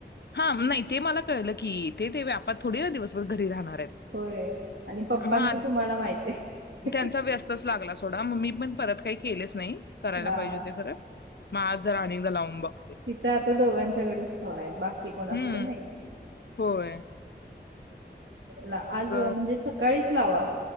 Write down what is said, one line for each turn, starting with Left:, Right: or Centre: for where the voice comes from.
Left: हां. नाही ते मला कळलं की तेते व्यापात थोडीना दिवसभर घरी राहणार.
Right: होय आणि पप्पांचं
Left: म आत
Right: तुम्हाला माहिती आहे
Left: त्यांचा व्यस्तच लागला सोडा म मी पण परत काही केलेच नाही. करायला
Right: हा
Left: पाहिजे हुत्या खरं. म आज जरा आणि एकदा लाउन बग
Right: तित आता दोघांच्याकडच फोनाय. बाकी कोणाकड
Left: हम्म
Right: नई.
Left: होय.
Right: ला
Left: मग
Right: आजं म्हंजे सकाळीच लावा.